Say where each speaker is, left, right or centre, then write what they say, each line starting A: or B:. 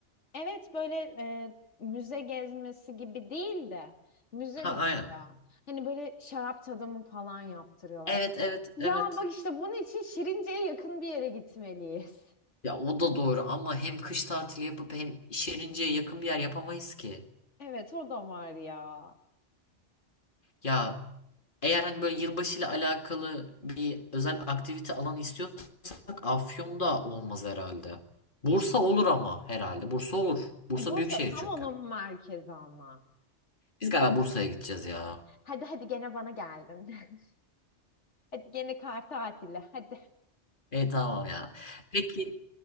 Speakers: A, on the left; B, on the left.
A: Evet böyle e, müze gezmesi gibi değil de müze
B: Ha
A: mi
B: aynen.
A: ya? Hani böyle şarap tadımı falan yaptırıyorlar.
B: Evet, evet,
A: Ya
B: evet.
A: bak işte bunun için Şirince'ye yakın bir yere gitmeliyiz.
B: Ya o da doğru ama hem kış tatili yapıp hem Şirince'ye yakın bir yer yapamayız ki.
A: Evet o da var ya.
B: Ya eğer hani böyle yılbaşıyla alakalı bir özel aktivite alanı istiyorsak Afyon'da olmaz herhalde. Bursa olur ama herhalde. Bursa olur. Bursa
A: Bursa
B: büyük şehir
A: tam
B: çünkü.
A: onun merkezi ama.
B: Biz galiba Bursa'ya gideceğiz ya.
A: Hadi hadi gene bana geldin. <laughs> Hadi gene kar tatili hadi.
B: E tamam ya. Peki